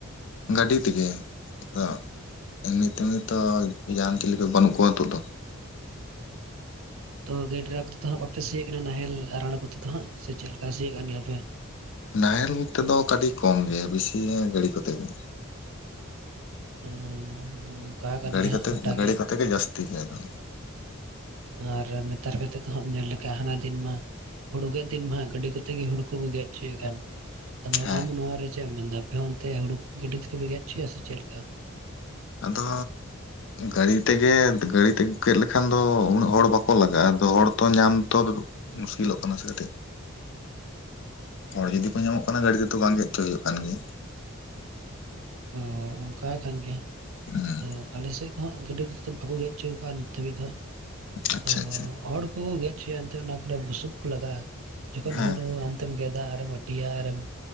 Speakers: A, on the left; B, on the right.
A: ᱜᱟᱹᱰᱤ ᱛᱮᱜᱮ ᱟᱫᱚ ᱮᱢᱱᱤ ᱛᱮᱱᱤ ᱛᱚ ᱡᱟᱦᱟᱱ ᱪᱤᱞᱤ ᱠᱚ ᱵᱟᱹᱱᱩᱜ ᱠᱚᱣᱟ ᱱᱤᱛᱚᱜ ᱫᱚ᱾
B: ᱛᱚ ᱜᱟᱹᱭ ᱰᱨᱟᱠ ᱛᱮ ᱫᱚ ᱦᱟᱸᱜ ᱵᱟᱯᱮ ᱥᱤᱭᱮᱜ ᱠᱟᱱᱟ ᱱᱟᱦᱮᱞ ᱟᱨᱟᱲ ᱠᱚᱛᱮ ᱫᱚ ᱦᱟᱸᱜ ᱥᱮ ᱪᱮᱫ ᱞᱮᱠᱟ ᱥᱤᱭᱮᱜ ᱠᱟᱱ ᱜᱮᱭᱟᱯᱮ <inaudible>
A: ᱱᱟᱦᱮᱞ ᱛᱮᱫᱚ ᱠᱟᱹᱴᱤ ᱠᱚᱢ ᱜᱮ ᱵᱮᱥᱤ ᱜᱟᱹᱲᱤ ᱠᱚᱛᱮ ᱜᱮ᱾
B: <unintelligible>
A: ᱜᱟᱹᱲᱤ ᱠᱚᱛᱮ
B: ᱦᱟᱸᱜ ᱜᱚᱴᱟ
A: ᱜᱟᱹᱲᱤ ᱠᱚᱛᱮ ᱜᱮ ᱡᱟᱹᱥᱛᱤ ᱜᱮ ᱫᱚ᱾
B: ᱟᱨ ᱱᱮᱛᱟᱨ ᱠᱟᱛᱮᱫ ᱫᱚ ᱦᱟᱸᱜ ᱧᱮᱞ ᱞᱮᱠᱷᱟ ᱦᱟᱱᱟ ᱫᱤᱱ ᱢᱟ ᱦᱩᱲᱩ ᱜᱮᱫ ᱫᱤᱱ ᱢᱟ ᱜᱟᱹᱰᱤ ᱠᱚᱛᱮᱜᱮ ᱦᱩᱲᱩ ᱠᱚ ᱠᱚ ᱜᱮᱫ ᱦᱚᱪᱚᱭᱮᱫ ᱠᱟᱱ᱾ ᱟᱫᱚ
A: ᱦᱮᱸ
B: ᱟᱢ ᱱᱚᱭᱟ ᱨᱮ ᱪᱮᱫ ᱮᱢ ᱢᱮᱱᱫᱟ ᱟᱯᱮ ᱦᱚᱸ ᱚᱱᱛᱮ ᱦᱩᱲᱩ ᱜᱟᱹᱰᱤ ᱛᱮᱜᱮᱯᱮ ᱜᱮᱫ ᱦᱚᱪᱚᱭᱟ ᱥᱮ ᱪᱮᱫ ᱞᱮᱠᱟ?
A: ᱟᱫᱚ ᱜᱟᱹᱲᱤ ᱛᱮᱜᱮ ᱜᱟᱹᱲᱤ ᱛᱮᱜᱮ ᱜᱮᱫ ᱞᱮᱠᱷᱟᱱ ᱫᱚ ᱩᱱᱟᱹᱜ ᱦᱚᱲ ᱵᱟᱠᱚ ᱞᱟᱜᱟᱜᱼᱟ ᱟᱫᱚ ᱦᱚᱲᱛᱚ ᱧᱟᱢ ᱛᱚ ᱢᱩᱥᱠᱤᱞᱚᱜ ᱠᱟᱱᱟ ᱥᱮ ᱠᱟᱹᱴᱤᱡ, ᱦᱚᱲ ᱡᱩᱫᱤ ᱠᱚ ᱧᱟᱢᱚᱜ ᱠᱟᱱᱟ ᱜᱟᱹᱰᱤ ᱛᱮᱫᱚ ᱵᱟᱝ ᱜᱮᱫ ᱦᱚᱪᱚ ᱦᱩᱭᱩᱜ ᱠᱟᱱ ᱜᱮᱭᱟ᱾
B: ᱚ ᱚᱱᱠᱟ ᱠᱟᱱ ᱜᱮᱭᱟ,
A: ᱦᱮᱸ
B: ᱟᱫᱚ ᱟᱞᱮᱥᱮᱫ ᱦᱚ ᱦᱟᱜ ᱜᱟᱹᱰᱤ ᱠᱚᱛᱮ ᱫᱚ ᱵᱟᱠᱚ ᱜᱮᱫ ᱚᱪᱚ ᱠᱟᱜᱼᱟ ᱱᱤᱛ ᱫᱷᱟᱹᱵᱤᱡ ᱫᱚ, ᱟᱫᱚ
A: ᱟᱪᱪᱷᱟ ᱟᱪᱪᱷᱟ
B: ᱦᱚᱲ ᱠᱚ ᱜᱮᱫ ᱚᱪᱚᱭᱟ ᱮᱱᱛᱮ ᱚᱱᱟ ᱠᱚᱨᱮ ᱵᱩᱥᱩᱵ ᱠᱚ ᱞᱟᱜᱟᱜᱼᱟ ᱡᱚᱠᱷᱚᱱ
A: ᱦᱮᱸ
B: ᱦᱩᱲᱩ ᱟᱢ ᱛᱮᱢ ᱜᱮᱫᱟ ᱟᱨᱮᱢ ᱦᱟᱹᱴᱤᱭᱟ ᱟᱨᱮᱢ